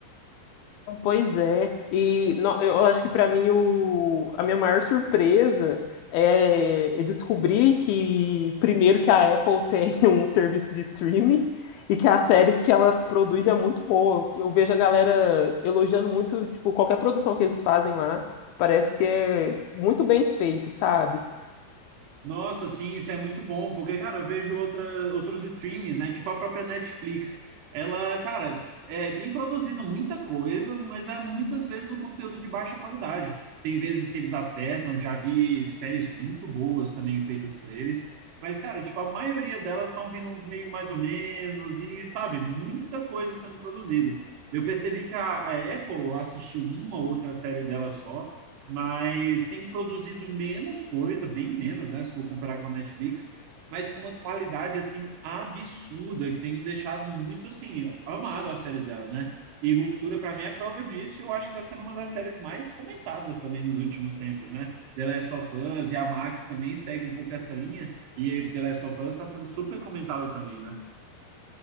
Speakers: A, on the left (about 75°); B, on the right (about 70°).
A: Pois é. E no- eu acho que para mim o, a minha maior surpresa é, é descobrir que, primeiro, que a Apple tem <laughs> um serviço de streaming e que as séries que ela produz é muito boa. Eu vejo a galera elogiando muito, tipo, qualquer produção que eles fazem lá. Parece que é muito bem feito, sabe?
B: Nossa, sim, isso é muito bom, porque, cara, eu vejo outra, outros streams, né? Tipo a própria Netflix. Ela, cara, é, tem produzido muita coisa, mas é muitas vezes um conteúdo de baixa qualidade. Tem vezes que eles acertam, já vi séries muito boas também feitas por eles. Mas, cara, tipo, a maioria delas estão vindo meio mais ou menos, e, sabe, muita coisa sendo produzida. Eu percebi que a a Apple assistiu uma ou outra série dela só mas tem produzido menos coisa, bem menos, né? Se for comparar com a Netflix, mas com uma qualidade assim absurda que tem me deixado muito assim amado as séries dela, né? E Ruptura para mim é prova disso. E eu acho que está sendo uma das séries mais comentadas também nos últimos tempos, né? The Last of Us e a Max também segue um pouco essa linha e The Last of Us está sendo super comentada também, né?